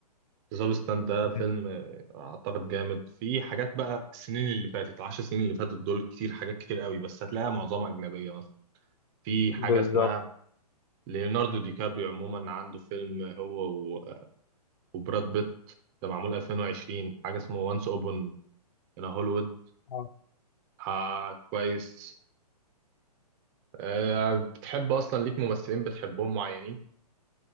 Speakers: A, on the right; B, on the left.
A: ذا سابستنت ده
B: مم.
A: فيلم آه، اعتقد جامد في حاجات بقى السنين اللي فاتت العشر سنين اللي فاتت دول كتير حاجات كتير قوي بس هتلاقيها معظمها اجنبية مثلا في حاجة
B: بالظبط
A: اسمها ليوناردو دي كابريو عموما عنده فيلم هو وبراد بيت ده معمول 2020 حاجة اسمه وانس اوبن ان هوليوود
B: اه
A: آه كويس آه بتحب أصلا ليك ممثلين بتحبهم معينين؟